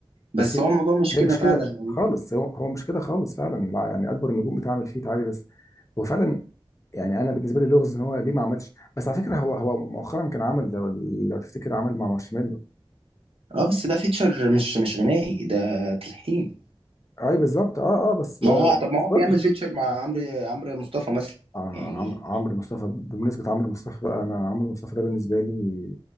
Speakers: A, on the right; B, on the left.
A: بس
B: بس هي
A: هو الموضوع مش
B: هي
A: كده
B: مش
A: فعلا
B: كده
A: يعني.
B: خالص هو هو مش كده خالص فعلا لا، يعني اكبر النجوم بتعمل فيت عادي بس هو فعلا يعني انا بالنسبه لي لغز ان هو ليه ما عملش بس على فكره هو هو مؤخرا كان عمل لو, لو تفتكر عمل مع مارشميلو
A: اه بس ده فيتشر مش مش غنائي ده تلحين
B: اي بالظبط اه اه بس آه،
A: ما هو طب ما
B: بس
A: هو
B: برضه
A: بيعمل فيتشر مع عمرو عمرو مصطفى مثلا
B: آه،
A: يعني
B: عم- عمرو مصطفى بمناسبة عمرو مصطفى بقى أنا عمرو مصطفى ده بالنسبة لي